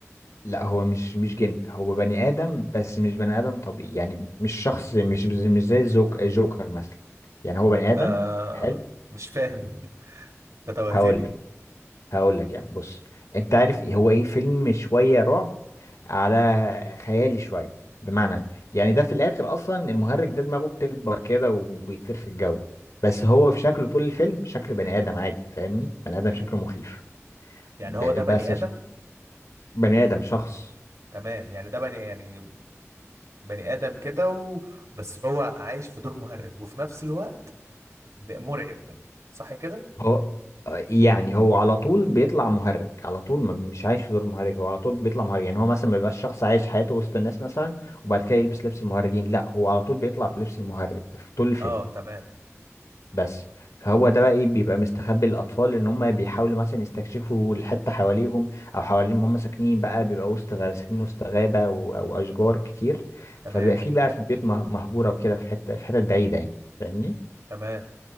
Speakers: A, on the left (about 80°); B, on the right (about 80°).
A: لا هو مش مش جن هو بني آدم بس مش بني آدم طبيعي يعني مش شخص مش مش زي زوك جوكر مثلا يعني هو بني آدم
B: آه
A: حلو
B: مش فاهم <laughs> انت توهتني
A: هقول لك هقول لك يعني بص انت عارف إيه هو ايه فيلم شوية رعب على خيالي شوية بمعنى يعني ده في الآخر أصلا المهرج ده دماغه بتكبر كده وبيطير في الجو بس هو في شكله طول الفيلم شكله بني آدم عادي فاهمني بني آدم
B: امم
A: شكله مخيف
B: يعني
A: ب-
B: هو ده بني
A: بس
B: آدم
A: ش- بني آدم شخص
B: تمام يعني ده بني يعني بني آدم كده و... بس هو عايش في دور مهرج وفي نفس الوقت ب- مرعب صح كده
A: هو يعني هو على طول بيطلع مهرج على طول ما مش عايش في دور مهرج هو على طول بيطلع مهرج يعني هو مثلا ما يبقاش شخص عايش حياته وسط الناس مثلا وبعد كده يلبس لبس المهرجين لا هو على طول بيطلع بلبس المهرج في طول الفيلم
B: اه تمام
A: بس فهو ده بقى ايه بيبقى مستخبي للاطفال ان هم بيحاولوا مثلا يستكشفوا الحته حواليهم او حوالين ما هم ساكنين بقى بيبقى وسط غابه ساكنين وسط غابه و- او اشجار كتير
B: تمام
A: فبيبقى في بقى في البيوت مه- مهجوره وكده في حته في حتت بعيده يعني فاهمني
B: تمام